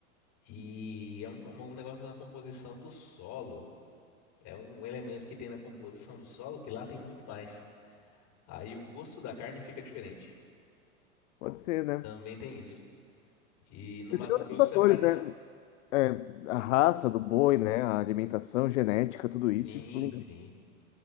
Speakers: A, on the left; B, on the left.
A: E é um, um negócio na composição do solo. É um elemento que tem na composição do solo que lá tem muito mais. Aí o gosto da carne fica diferente.
B: Pode ser, né?
A: Também tem isso. E no
B: E
A: Mato
B: tem outros
A: Grosso
B: fatores,
A: é parecido.
B: né? É, a raça do boi, né? A alimentação, genética, tudo
A: Sim,
B: isso influi, né?
A: sim.